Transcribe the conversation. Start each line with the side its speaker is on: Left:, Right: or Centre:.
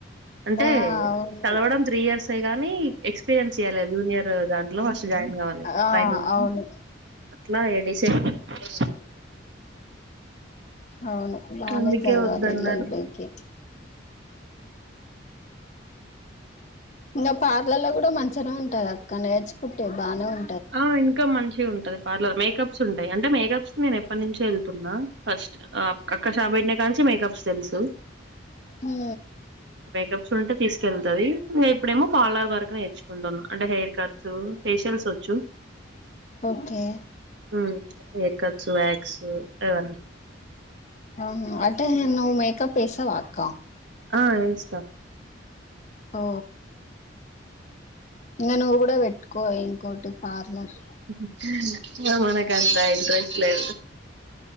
Right: అంటే
Left: ఆ అవును
Right: చదవడం త్రీ ఇయర్సే గానీ ఎక్స్పీరియన్స్ చేయలేదు, జూనియర్ దాంట్లో ఫస్ట్ జాయిన్ కావాలి
Left: ఆ
Right: ట్రైనింగ్
Left: అవును
Right: కి అట్లా ఏ డిసెంబర్ మళ్లా పోతుంది.
Left: అవును బానే
Right: అందుకే
Left: జదవాలీ
Right: వద్దన్నారు
Left: ఎల్ ఎల్ బీ కి ఇంగ పార్లర్లో కూడా మంచిగనే ఉంటది అక్క నేర్చుకుంటే బానే ఉం
Right: ఆ ఇన్కమ్ మంచిగుం ఉంటది పార్లర్ మేకప్స్ ఉంటయి, అంటే మేకప్స్ నేను ఎప్పటి నుంచో వెళ్తున్నా ఫస్ట్ అక్క షాప్ పెట్టినకానున్చి మేకప్స్ తెలుసు
Left: హూ
Right: స్టెప్స్ ఉంటే తీసుకెళ్తది ఇంగ ఇప్పుడేమో పార్లర్ వరకు నేర్చు కుంటుంది అంటే హెయిర్ కట్స్ ఫేషియల్స్ వచ్
Left: ఓకే
Right: ఉమ్ హెయిర్ కట్స్ వ్యక్స్ అవన్నీ
Left: ఆ అటే ను మేకప్ వేస్తావా అక్క
Right: ఆ వేస్తా
Left: ఓ ఇంగ నువ్వు కూడా పెట్టుకో ఇంకోటి పార్లర్
Right: హ హ ఇగ మనకంతా ఇంట్రెస్ట్ లేదు